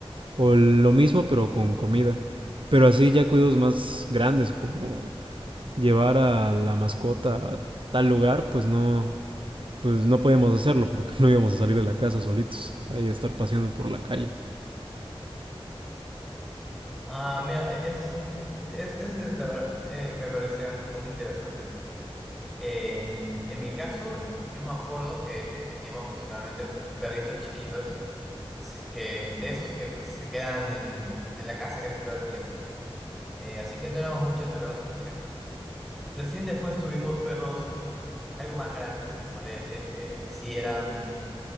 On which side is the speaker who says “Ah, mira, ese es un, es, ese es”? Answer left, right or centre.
Centre